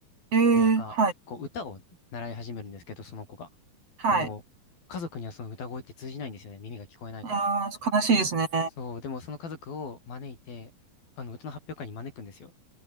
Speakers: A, on the right; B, on the left.
A: ええーはい、
B: で、なんか、こう、歌を習い始めるんですけど、その子が。
A: はい。
B: でも、家族にはその歌声って通じないんですよね。耳が聞こえないから。
A: ああ、悲しいですね。
B: でも、そう、でもその家族を招いて、あの、歌の発表会に招くんですよ。